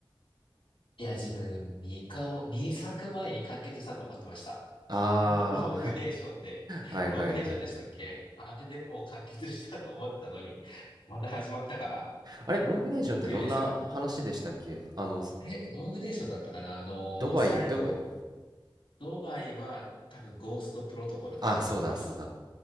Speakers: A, on the left (about 80°); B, on the right (about 50°).
A: いや、自分2か、2作前に完結したと思ってました。
B: あ
A: <laughs> ローグネーションで、
B: あ、<laughs> はいはいはい。
A: ローグネーションでしたっけあれでもう完結したと思ってたのに、また始まったから
B: あれ、ロングネーションってどんな話でしたっけあの、
A: びっくりです。
B: す
A: え、ローグネーションだったかなあのー最後、
B: ドバイ、ドバイ。
A: ドバイは多分ゴーストプロトコルだったと思います。
B: あ、そうだそうだ。